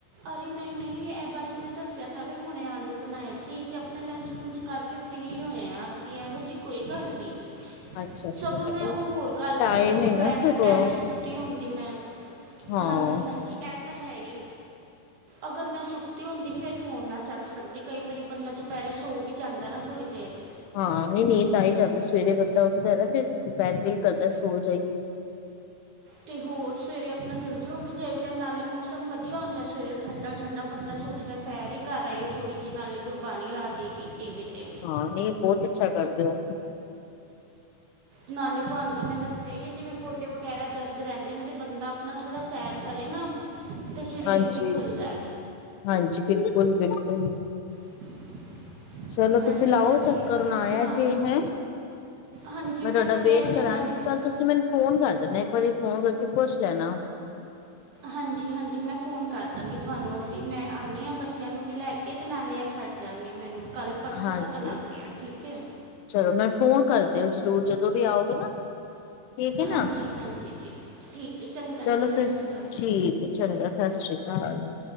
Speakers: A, on the right; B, on the left.
A: ਅਰੇ ਨਈ ਨਈਂ, ਇਹ ਬਸ ਮੈਂ ਦੱਸਿਆ ਤਾਂ ਵੇ ਹੁਣੇ ਆਲੂ ਬਣਾਏ ਸੀ ਤੇ ਆਪਣੇ ਲੰਚ-ਲੁਂਚ ਕਰਕੇ ਫਰੀ ਹੋਏ ਆਂ ਅਸੀਂ, ਇਹੋ ਜਿਹੀ ਕੋਈ ਗੱਲ ਨਈਂ।
B: ਅੱਛਾ ਅੱਛਾ
A: ਸਗੋਂ ਮੈਂ
B: ਕਿਹਾ
A: ਉਹ ਹੋਰ ਗੱਲ
B: ਟਾਈਮ
A: ਸੀ ਅਗਰ
B: ਏ
A: ਦੁਪਹਿਰ
B: ਨਾ ਸਗੋਂ
A: ਦੇ ਟਾਈਮ ਸੁ ਤੀ ਹੰਦੀ ਮੈਂ,
B: ਹਾਂ
A: ਹਾਂਜੀ ਹਾਂਜੀ, ਇਹ ਤਾਂ ਹੈ ਈ। ਅਗਰ ਮੈਂ ਸੁੱਤੀ ਹੁੰਦੀ ਫਿਰ ਫੋਨ ਨਾ ਚੱਕ ਸਕਦੀ ਕਈ ਵਾਰੀ ਬੰਦਾ ਦੁਪਹਿਰੇ ਸੋ ਵੀ ਜਾਂਦਾ ਨਾ ਥੋੜ੍ਹੀ ਦੇਰ।
B: ਹਾਂ ਨਈਂ ਨੀਂਦ ਆ ਈ ਜਾਂਦੀ ਸਵੇਰੇ ਬੰਦਾ ਉੱਠਦਾ ਨਾ ਫ਼ਿਰ ਦੁਪਹਿਰ ਦਿਲ ਕਰਦਾ ਸੋ ਜਾਈਏ।
A: ਤੇ ਹੋਰ ਸਵੇਰੇ ਆਪਣਾ ਜਲਦੀ ਉੱਠ ਜਾਈਦਾ ਨਾਲੇ ਮੌਸਮ ਵਧੀਆ ਹੁੰਦਾ ਸਵੇਰੇ ਠੰਡਾ-ਠੰਡਾ ਬੰਦਾ ਸੋਚਦਾ ਸੈਰ ਈ ਕਰ ਆਈਏ ਥੋੜ੍ਹੀ ਜਿਹੀ ਨਾਲੇ ਗੁਰਬਾਣੀ ਲਾਦੀ ਦੀ ਟੀ ਵੀ ਤੇ।
B: ਹਾਂ, ਨਈਂ ਬਹੁਤ ਅੱਛਾ ਕਰਦੇ ਔ।
A: ਨਾਲੇ ਤੁਹਾਨੂੰ ਤਾਂ ਮੈਂ ਦੱਸਿਆ ਈਏ ਜਿਵੇਂ ਗੋਡੇ ਵਗੈਰਾ ਦਰਦ ਰਹਿੰਦੇ ਨੇ ਤਾਂ ਬੰਦਾ ਆਪਣਾ ਥੋੜ੍ਹਾ ਸੈਰ ਕਰੇ ਨਾ ਤੇ ਸਰੀਰ
B: ਹਾਂਜੀ
A: ਵੀ ਖੁੱਲਦਾ ਐ।
B: ਹਾਂਜੀ ਬਿਲਕੁਲ ਬਿਲਕੁਲ।
A: <inaudible>
B: ਚਲੋ
A: ਹਾਂਜੀ
B: ਤੁਸੀਂ ਲਾਓ
A: ਹਾਂਜੀ
B: ਚੱਕਰ
A: ਹੋਰ
B: ਹੁਨ
A: ਸੁਣਾਓ
B: ਆਇਆ ਜੇ, ਹੈਂ?
A: ਹਾਂਜੀ
B: ਮੈਂ ਤੁਹਾਡਾ
A: ਤਾਂ
B: ਵੇਟ
A: ਕਹਿ ਰਹੀ
B: ਕਰਾਂਗੀ,
A: ਹਾਂ ਬਸ
B: ਕੱਲ ਤੁਸੀਂ ਮੈਨੂੰ ਫੋਨ ਕਰ ਦੇਣਾ ਇੱਕ ਵਾਰੀ ਫੋਨ ਕਰਕੇ ਪੁੱਛ ਲੈਣਾ।
A: ਹਾਂਜੀ ਹਾਂਜੀ, ਮੈਂ ਫ਼ੋਨ ਕਰ ਦਾਂਗੀ ਤੁਹਾਨੂੰ ਅਸੀਂ ਮੈਂ ਆਣੀ ਆਂ ਬੱਚਿਆਂ ਨੂੰ ਵੀ ਲੈ ਕੇ ਇਹ ਤੇ ਨਾਲੇ ਏ ਛੱਡ ਜਾਣਗੇ ਮੈਨੂੰ, ਕੱਲ੍ਹ ਪਰਸੋਂ
B: ਹਾਂਜੀ
A: ਤੱਕ ਆਣੇ ਆਂ ਠੀਕ ਐ।
B: ਚਲੋ ਮੈਂਨੂੰ ਫੋਨ ਕਰ ਦਿਓ ਜ਼ਰੂਰ ਜਦੋਂ ਵੀ ਆਓਗੇ ਨਾ। ਠੀਕ ਹੈ ਨਾ
A: ਹਾਂਜੀ ਹਾਂਜੀ ਜੀ, ਠੀਕ ਐ ਚੰਗਾ
B: ਚਲੋ
A: ਜੀ, ਸਤਿ
B: ਫਿਰ
A: ਸ਼੍ਰੀ ਅਕਾਲ।
B: ਠੀਕ ਚੰਗਾ ਸਤਿ ਸ੍ਰੀ ਅਕਾਲ।